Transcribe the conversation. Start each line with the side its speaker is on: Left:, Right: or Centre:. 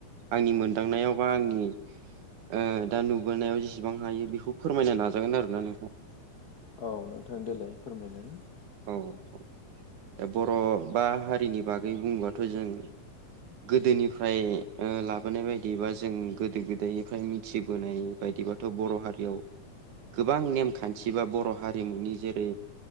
Right: आंनि मोनदांनायाव बा आंनि ओ दा नुबोनायाव जेसेबां हायो बेखौ फोरमायनो नाजागोन आरो ना नोंथां।
Left: औ नोंथां देलाय फोरमायलाय
Right: औ ओ बर' बा हारिनि बागै बुंबाथ' जों गोदोनिफ्राय लाबोनाय बायदि बा जों गोदो गोदायनिफ्राय मिथिबोनाय बायदिबा थ बर' हारियाव गोबां नेमखान्थि बा बर' हारिमुनि जेरै